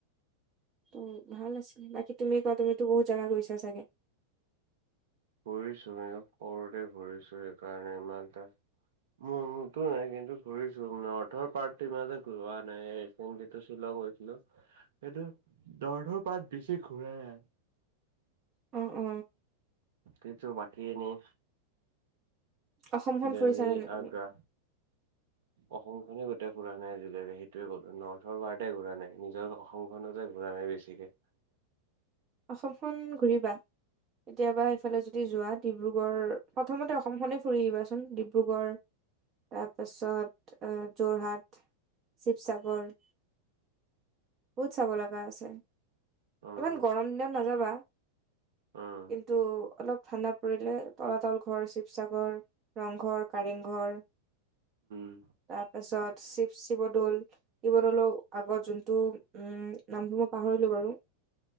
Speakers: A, on the right; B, on the right.
A: অঁ ভাল আছিলে। বাকী তুমি কোৱা? তুমিতো বহুত জেগা ঘূৰিছা চাগে??
B: ঘূৰিছোঁ সৰুতে ঘূৰিছোঁ সেইকাৰণে ইমান এটা মোৰ মতো নাই কিন্তু ঘূৰিছো মানে <unintelligible> ঘূৰোৱা নাই। <unintelligible> শ্বিলং গৈছিলোঁ। সেইটো দৰ্ধ পাত বেছি ঘূৰাই নাই।
A: অঁ-অঁ।
B: কিন্তু বাকী এনেই
A: অসমখন
B: দিল্লী,
A: ফুৰিছানে নাই
B: আগ্ৰা
A: <inaudible>
B: অসমখনেই গোটেই ঘূৰা নাই আজিলৈকে সেইটোৱে ক'লো নৰ্থৰ পাৰ্তে ঘূৰা নাই। নিজৰ অসমখনতে ঘূৰা নাই বেছিকে।
A: অসমখন ঘূৰিবা। কেতিয়াবা সেইফালে যদি যোৱা ডিব্ৰুগড়, প্ৰথমতে অসমখনে ফুৰি লোৱা চোন। ডিব্ৰুগড় তাৰপাছত অ যোৰহাট, শিৱসাগৰ। বহুত চাব লগা আছে।
B: উম।
A: ইমান গৰম দিনত নাযাবা।
B: উম।
A: টো অলপ ঠাণ্ডা পৰিলে তলাতল ঘৰ, শিৱসাগৰ, ৰংঘৰ কাৰেংঘৰ
B: উম, উম, উম,
A: তাৰপাছত শিৱ শিৱদৌল। শিৱদৌলৰ আগত যোনটো উম নামসমূহ পাহৰিলোঁ বাৰু।